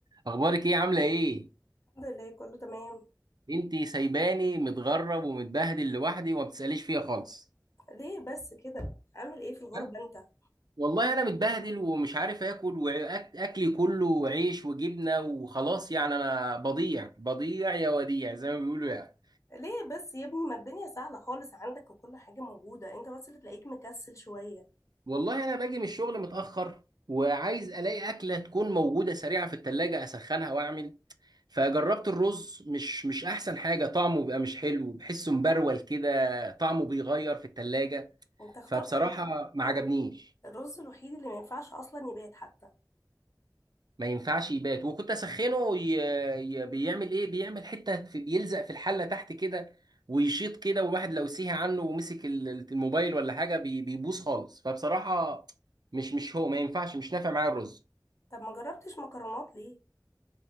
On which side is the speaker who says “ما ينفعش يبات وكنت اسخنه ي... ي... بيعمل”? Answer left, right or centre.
Right